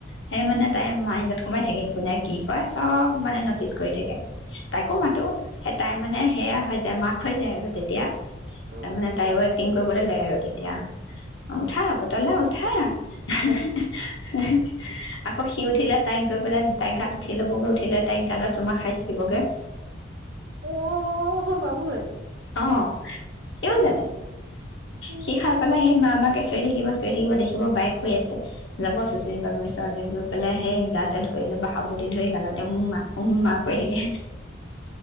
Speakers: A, on the left; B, on the right.
A: সেই মানে তাই মোৱাই যত সোমাই থাকে, কোনে কি কয়, চব মানে ন'টিচ কৰি থাকে, তাইকো মাতো। এটাই মানে
B: অ
A: সেয়া হয় যায়, মা খৈ যায় আৰু তেতিয়া। তাৰমানে
B: অ
A: তাইও এক্টিং কবলৈ লৈ আৰু তেতিয়া। অ', উঠা পুতলা উঠা। <unintelligible> আকৌ সি উঠিলে তাইক গৈ পেলাই তাইৰ গাত উঠি ল'বগৈ, উঠি পেলাই তাইক গালত চুমা খাই থাকিবগে।
B: অ', বাবু এ
A: অ', তেৱোঁ জানে,
B: উম
A: সি সাৰ পালে সেই মা মা কে চিঞৰি থাকিব, চিঞৰি থাকিব, দেখিব বায়েক শুই আছে, যাব চুচৰি-বাগৰি ওচৰলে গৈ গৈ পেলে সেই গাতে ধৰি ল'ব, সাবটি ধৰি গালত তেওঁ উম্মা, উম্মা কৰি থাকে।